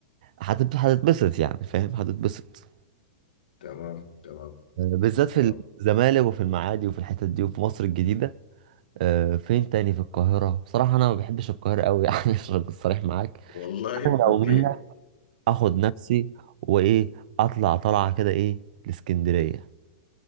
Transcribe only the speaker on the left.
تمام تمام
تمام
والله
اوكي